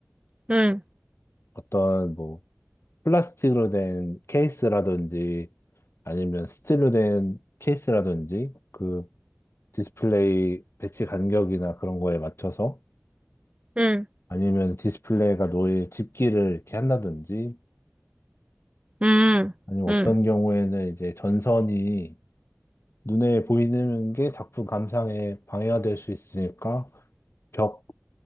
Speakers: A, on the right; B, on the left.
A: 응,
B: 어떤 뭐 플라스틱으로 된 케이스라든지 아니면 스틸로 된 케이스라든지 그 디스플레이 배치 간격이나 그런 거에 맞춰서
A: 응,
B: 아니면 디스플레이가 노을 집기를 이렇게 한다든지,
A: 응,
B: 아니면
A: 응,
B: 어떤 경우에는 이제 전선이 눈에 보이는 게 작품 감상에 방해가 될 수 있으니까 벽